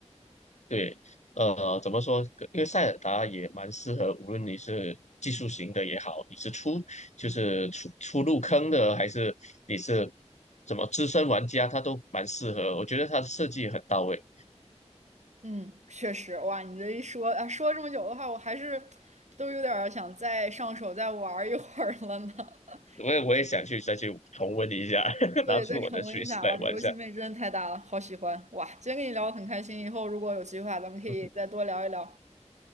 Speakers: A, on the left; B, on the right.
A: 对，呃，怎么说？因为塞尔达也蛮适合，无论你是技术型的也好，你是初就是初初入坑的，还是你是怎么资深玩家，它都蛮适合。我觉得它的设计很到位，
B: 嗯，确实，哇，你这一说啊，说了这么久的话，我还是都有点儿想再上手再玩儿一会儿了呢。<laughs>
A: 我也我也想去再去重温一下，<laughs>
B: 对，
A: 拿出我的
B: 再重温一下，
A: Switch 来玩一下。
B: 哇，这游戏魅力真的太大了，好喜欢！哇，今天跟你聊得很开心，以后如果有机会啊，咱们可以再多聊一聊。
A: 嗯哼，